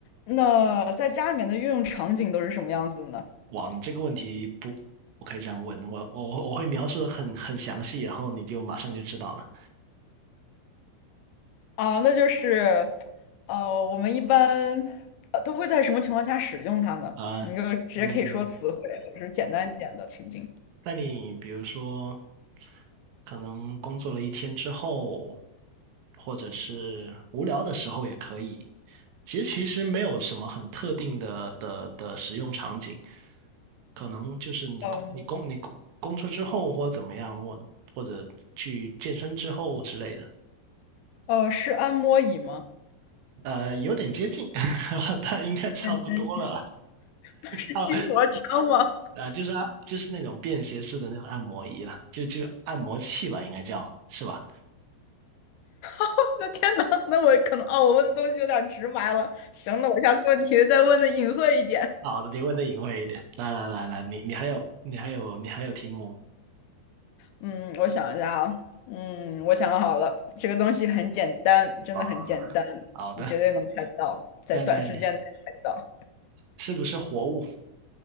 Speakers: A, on the left (about 80°); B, on the right (about 75°).
A: 那在家里面的运用场景都是什么样子的呢？
B: 哇，你这个问题不我可以这样问，我我我我会描述的很很详细，然后你就马上就知道了
A: 啊，那就是，呃，我们一般呃都会在什么情况下使用它呢？
B: 啊，
A: 你就直接可以说词汇，
B: 嗯，
A: 或者是简单一点的情境。
B: 那你比如说，可能工作了一天之后，或者是无聊的时候也可以，其实其实没有什么很特定的的的使用场景，可能就是你工你工你工工作之后或者怎么样，
A: 嗯，
B: 或或者去健身之后之类的。
A: 呃，是按摩椅吗？
B: 呃，有点接近，<laughs> 但应该差不多了啦。
A: 认真 <laughs> 是筋膜枪吗？
B: 哦，啊，就是啊，就是那种便携式的那种按摩仪了，就就按摩器吧，应该叫是吧？
A: <laughs> 那天呐，那我可能哦，我问的东西有点直白了。行，那我下次问题再问的隐晦一点。
B: 好的，你问的隐晦一点。来来来来，你你还有你还有你还有题目
A: 嗯，我想一下啊，嗯，我想好了，这个东西很简单，真的很简单，
B: 啊？好的，
A: 你绝对能猜到，在短时间内猜到，
B: 在是不是活物？